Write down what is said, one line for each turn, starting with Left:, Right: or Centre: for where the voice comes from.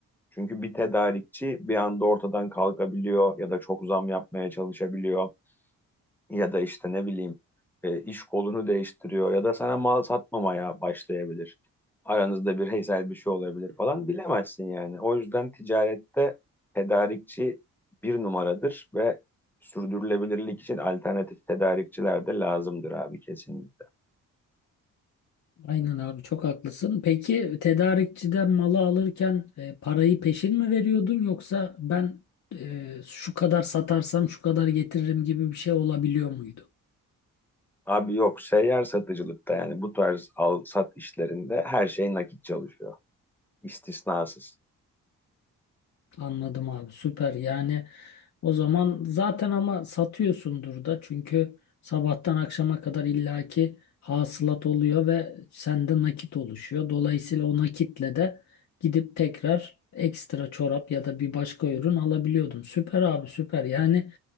Centre: Çünkü bir tedarikçi bir anda ortadan kalkabiliyor ya da çok zam yapmaya çalışabiliyor ya da işte ne bileyim e, iş kolunu değiştiriyor ya da sana mal satmamaya başlayabilir. Aranızda bir heysel bir şey olabilir falan bilemezsin yani. O yüzden ticarette tedarikçi bir numaradır ve sürdürülebilirlik için alternatif tedarikçiler de lazımdır abi kesinlikle.
Left: Aynen abi çok haklısın. Peki tedarikçiden malı alırken e, parayı peşin mi veriyordun yoksa ben e, şu kadar satarsam şu kadar getiririm gibi bir şey olabiliyor muydu?
Centre: Abi yok seyyar satıcılıkta yani bu tarz al sat işlerinde her şey nakit çalışıyor istisnasız.
Left: Anladım abi süper yani o zaman zaten ama satıyorsundur da çünkü sabahtan akşama kadar illaki hasılat oluyor ve sende nakit oluşuyor. Dolayısıyla o nakitle de gidip tekrar ekstra çorap ya da bir başka ürün alabiliyordun. Süper abi süper yani